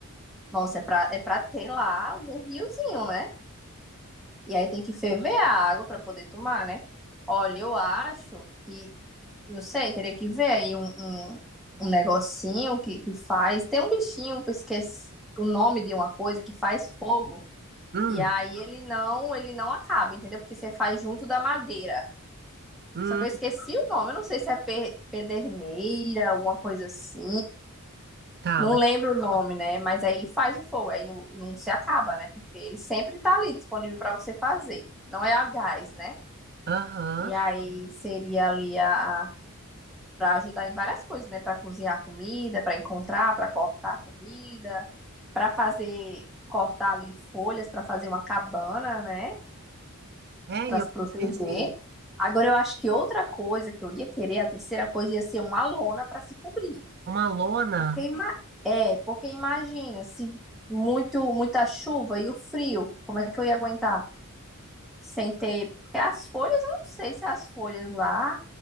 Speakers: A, in the centre; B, on the right (about 45°).
A: Nossa, é para é para ter lá algum riozinho, né? E aí tem que ferver a água para poder tomar, né? Olha, eu acho que Não sei, teria que ver aí um, um, um negocinho que, que faz. Tem um bichinho que eu esqueci o nome de uma coisa que faz fogo.
B: Hum,
A: E aí ele não, ele não acaba, entendeu? Porque você faz junto da madeira.
B: hum,
A: Só que eu esqueci o nome. Eu não sei se é pe- pederneira, alguma coisa assim.
B: tá,
A: Não
B: mas,
A: lembro o nome, né? Mas aí ele faz o fogo, aí não, não se acaba, né? Porque ele sempre tá ali disponível para você fazer. Não é a gás, né?
B: aham.
A: E aí seria ali a, a para ajudar em várias coisas, né? Para cozinhar comida, para encontrar, para cortar comida, para fazer cortar ali folhas para fazer uma cabana, né?
B: É,
A: Para
B: e eu
A: se proteger.
B: pensei assim,
A: Agora eu acho que outra coisa que eu ia querer, a terceira coisa ia ser uma lona para se cobrir.
B: uma lona
A: Porque ima- é, porque imagina se muito muita chuva e o frio, como é que eu ia aguentar sem ter? Porque as folhas, eu não sei se as folhas lá